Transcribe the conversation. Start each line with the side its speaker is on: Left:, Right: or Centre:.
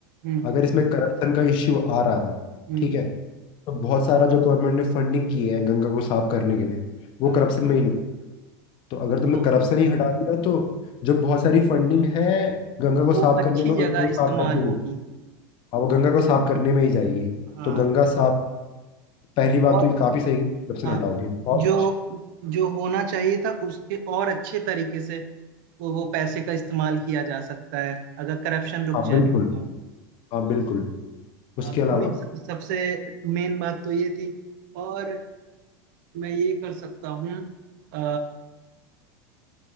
Right: हम्म
Left: अगर इसमें करप्शन का इश्यू आ रहा था
Right: हम्म
Left: ठीक है तो बहुत सारा जो गवर्नमेंट ने फंडिंग की है गंगा को साफ करने के लिए वो
Right: हाँ
Left: करप्शन में ही निकल तो अगर तुमने
Right: हाँ
Left: करप्शन ही हटा दिया तो जो बहुत सारी फंडिंग है गंगा को साफ
Right: वो अच्छी
Left: करने में गंगा
Right: जगह
Left: को साफ
Right: इस्तेमाल
Left: करने
Right: होगी
Left: में हाँ वो गंगा को साफ करने में ही जाएगी
Right: हाँ
Left: तो गंगा साफ पहली बात
Right: और
Left: तो ये काफी सही है कि corruption
Right: हाँ
Left: हटाओगे और
Right: जो
Left: कुछ
Right: जो होना चाहिए था उसके और अच्छे तरीके से वो वो पैसे का इस्तेमाल किया जा सकता है अगर करप्शन रुक
Left: हाँ
Right: जाएगा
Left: बिल्कुल
Right: तो
Left: हाँ बिल्कुल उसके
Right: हाँ
Left: अलावा
Right: मे- सबसे मेन बात तो ये थी और मैं ये कर सकता हूँ अ,